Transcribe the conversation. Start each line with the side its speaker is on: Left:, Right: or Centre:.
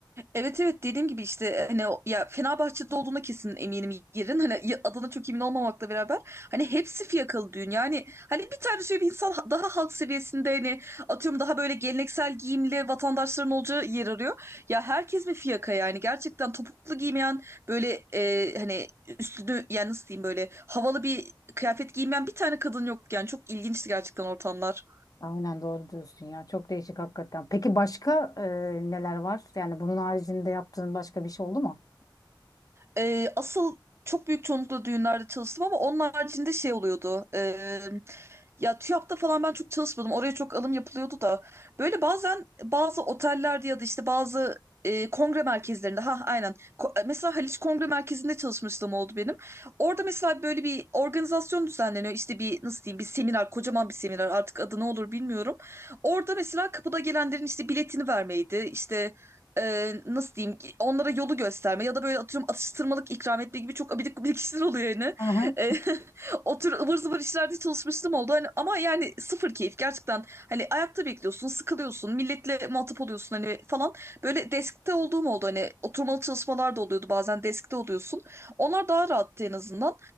Right: Evet evet dediğim gibi işte hani o- ya Fenerbahçe'de olduğuna kesin eminim yerin hani ya- adına çok emin olmamakla beraber hani hepsi fiyakalı düğün yani hani bir tane şöyle bir insan ha- daha halk seviyesinde hani atıyorum daha böyle geleneksel giyimli vatandaşların olacağı yer arıyor ya herkes bir fiyaka yani gerçekten topuklu giymeyen böyle e, hani üstünü yani nasıl diyeyim böyle havalı bir kıyafet giymeyen bir tane kadın yok yani çok ilginçti gerçekten ortamlar.
Left: Aynen doğru diyorsun ya. Çok değişik hakikaten. Peki başka e, neler var? Yani bunun haricinde yaptığın başka bir şey oldu mu?
Right: Ee, asıl çok büyük çoğunlukla düğünlerde çalıştım ama onun haricinde şey oluyordu. Ee, ya TÜYAP'ta falan ben çok çalışmadım. Oraya çok alım yapılıyordu da. Böyle bazen bazı otellerde ya da işte bazı e, kongre merkezlerinde. Ha aynen. Ko- e, mesela Haliç Kongre Merkezi'nde çalışmışlığım oldu benim. Orada mesela böyle bir organizasyon düzenleniyor. İşte bir nasıl diyeyim bir seminer, kocaman bir seminer artık adı ne olur bilmiyorum. Orada mesela kapıda gelenlerin işte biletini vermeydi. İşte e, nasıl diyeyim ki, onlara yolu gösterme ya da böyle atıyorum atıştırmalık ikram etme gibi çok abidik gubidik işler oluyor yani.
Left: Hı hı.
Right: E, <laughs> o tür ıvır zıvır işlerde çalışmıştım oldu. Hani, ama yani sıfır keyif gerçekten. Hani ayakta bekliyorsun, sıkılıyorsun, milletle muhatap oluyorsun hani falan. Böyle deskte olduğum oldu hani oturmalı çalışmalar da oluyordu bazen deskte oluyorsun. Onlar daha rahattı en azından.